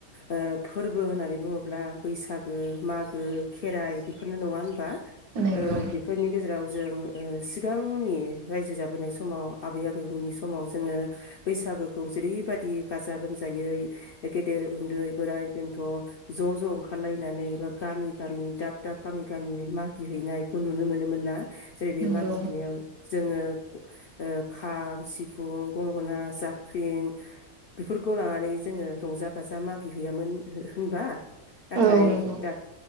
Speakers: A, on the left; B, on the right.
A: ओ फोरबो होननानै बुङोब्ला बैसागो मा गो खेराइ बेफोरनो नङा होनबा
B: नंगौ
A: ओ बेफोरनि गेजेराव। जों ओ सिगांनि रायजो जाबोनाय समाव आबै आबैमोननि समाव जोङो बैसागोखौ जेरैबायदि गाजा गोमजा जायै गेदेर उन्दै बोराइ बेन्थ' ज' ज' ओंखारलायनानै बा गामि गामि दाब दाब गामि गामि मागि हैैनायखौ नुनो मोनोमोन ना। जेरै
B: नंगौ
A: मागिहैनायाव। जोङो ओ खाम सिफुं गंगोना जाबख्रिं बेफोर खौ लानानै जोङो रंजा बाजा मागि हैैयामोन होनबा। नाथाय
B: औ नंगौ
A: दा